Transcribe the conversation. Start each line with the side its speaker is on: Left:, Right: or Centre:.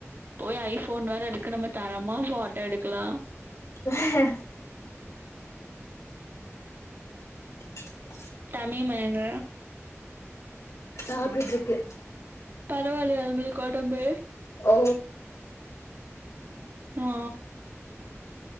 Right: போய் ஐஃபோன் வேற எடுக்கனுமே தா மா ஃபோட்ட எடுக்கலா
Left: உ ஹ... இச்
Right: தமீமா எங்க
Left: சாப்டுட்ருக்கு
Right: பரவாலையா உங்களுக்கு ஒடம்பு
Left: ஓ......
Right: ஆ